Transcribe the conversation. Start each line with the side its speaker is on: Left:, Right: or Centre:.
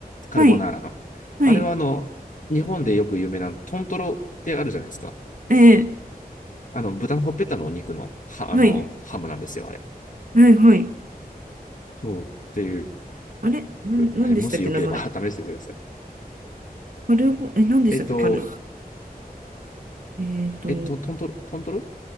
Left: カルボナーラの。
Right: はい。はい。
Left: あれは、あの、日本でよく有名なトントロってあるじゃないですか。
Right: ええ
Left: あの、豚のほっぺたのお肉の、は、
Right: はい。
Left: あの、ハムなんですよ、あれ。
Right: はい。はい。
Left: そう。っていう、
Right: あれなん、
Left: はい、
Right: なんでしたっけ、
Left: もしよければ
Right: 名前。
Left: <laughs> 試してみてください。
Right: カルボ、え、なんでしたっけ、
Left: えっと、
Right: カル。えっと、
Left: えっと、トントロ、トントロ